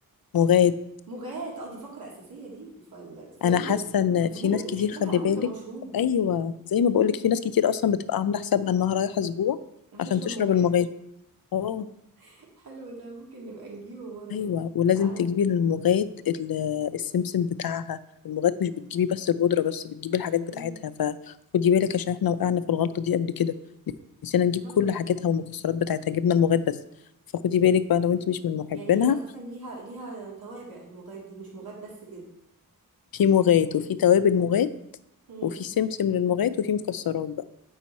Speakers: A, on the left (about 75°); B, on the right (about 80°).
A: مغاد
B: مغات اه دي فقرة اساسية دي في الفل في
A: انا حاسه
B: ناس
A: ان في
B: في ناس
A: ناس كتير
B: بتحبها
A: خلي
B: قوي
A: بالك
B: كمشروب
A: ايوه زي ما
B: امم
A: بقولك في ناس كتير اصلا بتبقى عامله حسابها انها رايحه اسبوع
B: هتشرب
A: عشان تشرب
B: مغات
A: المغاد اه
B: <laughs> حلو ده ممكن نبقى نجيبه برضه
A: ايوه ولازم
B: لا انا
A: تجيبي الموجات ال- السمسم بتاعها الموجات مش بتجيبي بس البودره بس بتجيبي الحاجات بتاعتها
B: مم.
A: فخدي بالك عشان احنا وقعنا في الغلطه دي قبل كده نسينا نجيب
B: لا
A: كل
B: والله
A: حاجاتها والمكسرات بتاعتها جبنا الموجات بس فخدي بالك بقى لو انت مش من محبينها
B: يعني هي اساسا ليها ليها توابع المغاد دي مش مغاد بس كده
A: في موجات وفي توابل موجات
B: امم
A: وفي سمسم للموجات وفي مكسرات بقى